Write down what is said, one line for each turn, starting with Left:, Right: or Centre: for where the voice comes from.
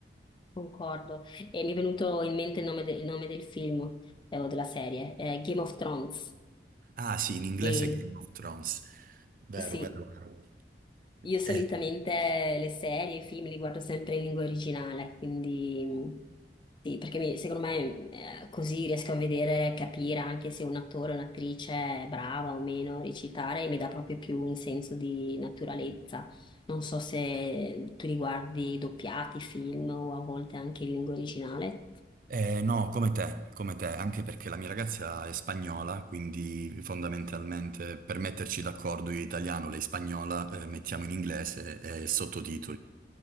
Left: Concordo. E mi è venuto in mente il nome, de- il nome del film eh, o della serie, eh, Game of Thrones.
Right: Ah sì, in inglese
Left: E
Right: Game of Thrones. Vero,
Left: sì,
Right: vero, vero.
Left: io solitamente
Right: Eh,
Left: le serie, i film li guardo sempre in lingua originale, quindi mh, sì, perché mi- secondo me eh, così riesco a vedere, capire anche se un attore o un'attrice è brava o meno a recitare e mi dà proprio più un senso di naturalezza. Non so se tu li guardi doppiati, film o a volte anche in lingua originale.
Right: eh, no, come te, come te, anche perché la mia ragazza è spagnola, quindi fondamentalmente per metterci d'accordo io italiano, lei spagnola, eh, mettiamo in inglese e sottotitoli.